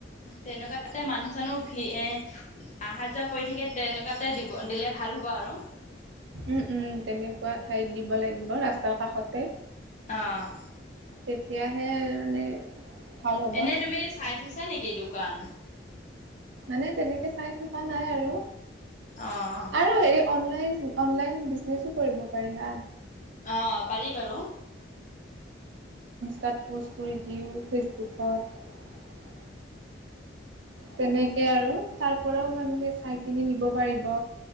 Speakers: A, on the left; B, on the right.
A: তেনেকুৱাতে মানুহ চানুহ ভি এ আহা যোৱা কৰি থাকে তেনেকুৱাতে দিব, দিলে ভাল হ'ব আৰু।
B: উম-উম তেনেকুৱা ঠাইত দিব লাগিব ৰাস্তাৰ কাষতে।
A: অঁ
B: তেতিয়াহে মানে ভাল হ'ব
A: এনেই তুমি চাই থৈছা নেকি দোকান?
B: মানে তেনেকে চাই থকা নাই আৰু।
A: অ', অ',
B: আৰু হেৰি অনলাইন, অনলাইন বিজনেছো কৰিব পাৰি না?
A: অহ, পাৰি বাৰু।
B: তাত প'ষ্ট কৰি দিওঁ ফেচবুকত। তেনেকে আৰু তাৰ পৰাও মানুহে চাই পিনি নিব পাৰিব।